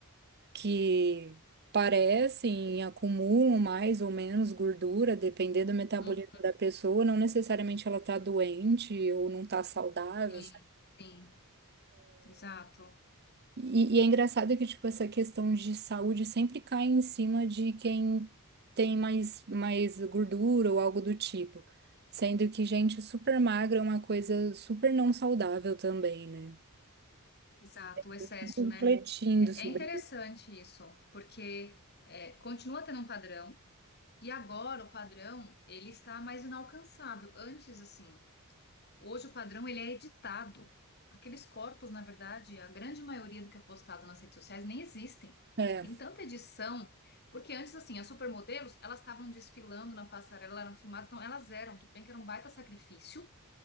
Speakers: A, on the right; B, on the left.
A: que parecem, acumulam mais ou menos gordura, dependendo do metabolismo
B: uhum.
A: da pessoa, não necessariamente ela tá doente ou não tá saudável.
B: Sim, sim, exato,
A: E, e é engraçado que, tipo, essa questão de saúde sempre cai em cima de quem tem mais, mais gordura ou algo do tipo. Sendo que gente super magra é uma coisa super não saudável também, né?
B: exato, o excesso,
A: Eu fico
B: né?
A: refletindo
B: É,
A: sobre
B: é interessante
A: isso.
B: isso, porque é, continua tendo um padrão, e agora o padrão ele está mais inalcançável. Antes, assim, Hoje o padrão ele é editado. Aqueles corpos, na verdade, a grande maioria do que é postado nas redes sociais nem existem.
A: É,
B: Tem tanta edição, porque antes, assim, as supermodelos, elas estavam desfilando na passarela, elas eram filmadas, então elas eram, tudo bem que era um baita sacrifício.